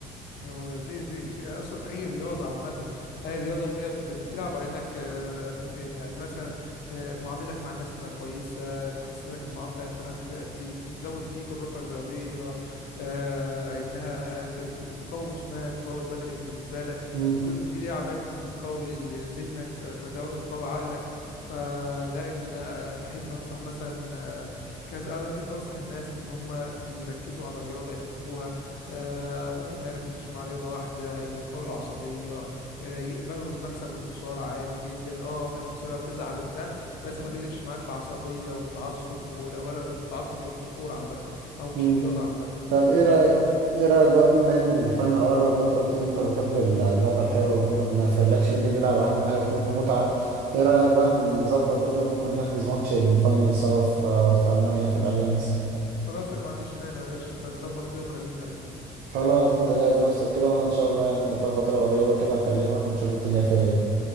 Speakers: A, on the left; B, on the right.
A: هو دي دي بقى اصلا اي رياضه عامه اي رياضه هي ب- بتلعب على انك آه، يعني مثلا آه، معاملتك مع الناس تبقى كويسه تحسن لك المعامله تح- ت- تزود فيك الروح الرياضيه آه، انها آه، ت- تقوي جسمانك تقوي البدني بالنسبه لك
B: مم.
A: ممكن في لعبات ممكن تقوي ال- ذهنك آه، تقو- تقوي عقلك فلا ان انا احب انصح مثلا آه، كذا احب انصح الناس ان هم يركزوا على رياضه يحبوها آه، ممكن ما يركزوش مع رياضة واحدة يبطلوا العصبية آه، يقبلوا المكسب والخسارة عادي جدا اه الخسارة هتزعل وبتاع بس ما تقلبش معاك بعصبية وتتعصب ولو قلبت بتعصب يبقى مش كورة عامة او مش
B: مم.
A: رياضة عامة
B: طب
A: هي
B: ايه
A: تبقاش
B: رأيك
A: رياضة
B: ايه رأيك بقى بما ان الفاينل قرب وانت قلت لي انت بتحب اللعبة الحلوة وكده ما يفرقلكش مين اللي بيلعب اهم حاجة يكون في متعة ايه رأيك بقى نظبط كده وممكن نحجز ماتش الفاينل سوا في في ألمانيا في الأليانز
A: خلاص انا ما عنديش مانع يا باشا انت ظبط كده وكلمني قبلها
B: خلاص انت جهز نفسك كده وانا ان شاء الله يعني في فترة قريبة كده هكلمك ونشوف الدنيا فيها ايه